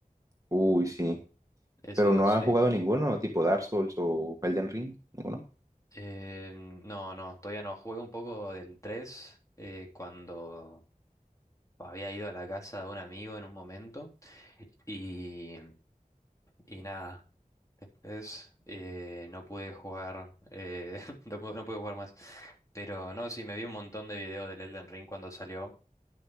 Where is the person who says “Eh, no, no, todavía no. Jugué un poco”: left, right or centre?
Left